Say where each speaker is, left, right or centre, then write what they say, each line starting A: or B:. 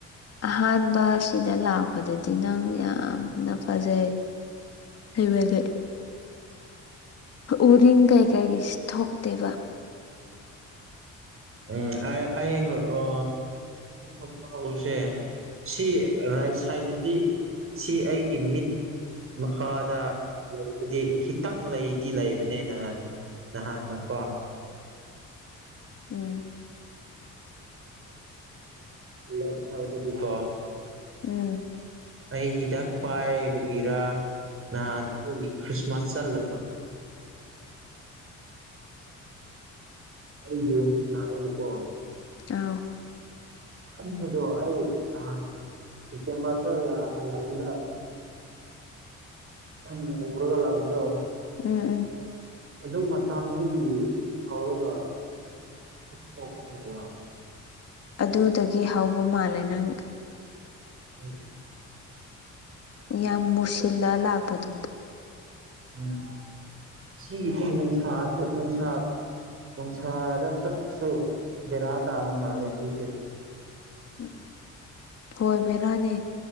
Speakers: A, on the left; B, on the right.
A: ꯑꯍꯥꯟꯕ ꯁꯤꯗ ꯂꯥꯛꯄꯗꯗꯤ ꯅꯪ ꯌꯥꯝꯅ ꯐꯖꯩ ꯍꯩꯋꯗꯦ ꯎꯔꯤꯡ ꯀꯩ ꯀꯔꯤꯁ ꯊꯣꯛꯇꯕ
B: ꯎꯝ ꯑꯩ ꯑꯣ ꯊꯣꯛꯄ ꯍꯧꯁꯦ ꯁꯤ ꯔꯥꯏꯠ ꯁꯥꯏꯗꯗꯤ ꯁꯤ ꯑꯩꯒꯤ ꯃꯤꯠ ꯃꯈꯥꯗ ꯂꯩꯕꯗꯤ ꯈꯤꯇꯪ ꯂꯩꯗꯤ ꯂꯩꯕꯅꯤꯅ ꯅꯍꯥꯟꯅꯄꯥ
A: <inaudible> ꯎꯝ
B: ꯂꯞꯁꯥꯏꯗꯤꯀꯣ
A: ꯎꯝ
B: ꯑꯩ ꯍꯤꯗꯥꯛ ꯄꯥꯏꯕꯒꯦꯔꯥ ꯅꯍꯥꯟ ꯑꯩ ꯈ꯭ꯔꯤꯁꯃꯥꯁ ꯆꯜꯂ ꯑꯩ ꯌꯦꯁꯤꯅꯥ ꯍꯥꯏꯕꯀꯣ
A: ꯑꯥꯎ
B: ꯁꯥꯅꯤꯡꯕꯗꯣ ꯑꯩ ꯅꯍꯥꯟ ꯄꯦ ꯃꯥꯁ ꯍꯂ ꯎꯗ ꯑꯦꯝ ꯎꯔꯒꯥ ꯂꯥꯛꯨꯗꯣ
A: ꯎꯝ ꯎꯝ
B: ꯑꯗꯨꯝ ꯃꯇꯝꯗꯒꯤ ꯍꯧꯥꯎꯔꯒ ꯁꯤ ꯍꯅꯦꯕ
A: ꯑꯗꯨꯗꯒꯤ ꯍꯥꯎꯕ ꯃꯥꯜꯂꯦ ꯅꯪ
B: ꯎꯝ
A: ꯌꯥꯝ ꯃꯨꯁꯤꯜꯂ ꯂꯥꯛꯄꯗꯣ
B: ꯎꯝ ꯁꯤꯒꯤꯆ ꯅꯨꯡꯁꯥꯊ ꯅꯨꯡꯁꯥ ꯅꯨꯡꯁꯥꯗ ꯆꯠꯄꯁꯨ ꯕꯦꯔꯥ ꯇꯥꯔ ꯃꯥꯜꯂꯦ ꯁꯤꯁꯦ
A: ꯎꯝ ꯍꯣꯏ ꯕꯦꯔꯥꯅꯦ